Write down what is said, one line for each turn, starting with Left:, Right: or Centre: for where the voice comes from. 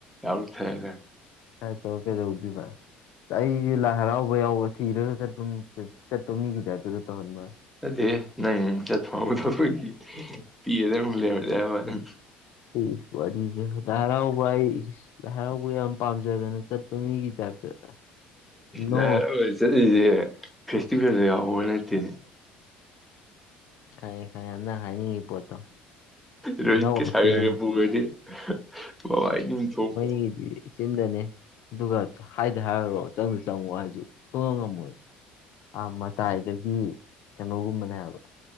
Centre: ꯌꯥꯎꯊꯔ ꯂꯣꯏꯔꯦ
Left: ꯁꯥꯏ ꯇꯧꯔ ꯀꯩꯗꯧꯗꯣꯏꯕ ꯑꯩꯖꯂ ꯂꯥꯏ ꯍꯔꯥꯎꯕ ꯌꯥꯎꯕ ꯊꯤꯔꯒ ꯆꯠꯄ ꯆꯠꯄ ꯃꯤꯒꯤ ꯇꯥꯏꯞꯇꯒ ꯇꯧꯍꯟꯕ ꯋꯥꯅꯤ
Centre: ꯅꯠꯇꯦꯍꯦ ꯅꯪ ꯆꯠ ꯐꯪꯍꯧꯗꯕꯒꯤ ꯄꯦꯔꯒ ꯑꯃꯨꯛ ꯂꯩꯍꯧꯔꯗꯤ ꯍꯥꯏꯕꯩ ꯋꯥꯅꯤ
Left: ꯏꯁ ꯋꯥꯔꯤꯖꯦ ꯂꯥꯏ ꯍꯔꯥꯎꯕ ꯍꯥꯏ ꯏꯁ ꯂꯥꯏ ꯍꯔꯥꯎꯕ ꯌꯥꯝ ꯄꯥꯝꯖꯗꯅ ꯆꯠꯄ ꯃꯤꯒꯤ ꯇꯥꯏꯞꯇ ꯅꯣ
Centre: ꯂꯥꯏ ꯍꯔꯥꯎꯕ ꯆꯠꯂꯤꯖꯦ ꯐꯦꯁꯇꯤꯚꯦꯜꯗꯣ ꯌꯥꯎꯕ ꯅꯠꯇꯦꯅꯦ
Left: ꯈꯪꯉꯦ ꯈꯪꯉꯦ ꯅꯪ ꯍꯥꯏꯅꯤꯡꯉꯤ ꯄꯣꯠꯇꯣ
Centre: ꯔꯣꯍꯤꯠꯀꯤ
Left: ꯅꯧ ꯍꯥꯞꯄ
Centre: ꯁꯥꯒꯔꯒ
Left: ꯌꯥꯅꯤ
Centre: ꯄꯨꯒ꯭ꯔꯥꯗꯤ ꯃꯥꯕꯥꯏꯅꯤ ꯊꯣꯛꯄ
Left: <unintelligible> ꯆꯤꯟꯗꯅꯦ ꯑꯗꯨꯒ ꯍꯥꯏꯗ ꯍꯥꯏꯔꯨꯔꯣ ꯆꯪꯗ ꯆꯪꯉꯣ ꯍꯥꯏꯖꯨ ꯁꯨꯛꯉꯝ ꯉꯝꯃꯣꯏꯕ ꯑꯥ ꯃꯇꯥꯏꯗꯒꯤ ꯀꯩꯅꯣꯒꯨꯝꯕꯅꯦꯕ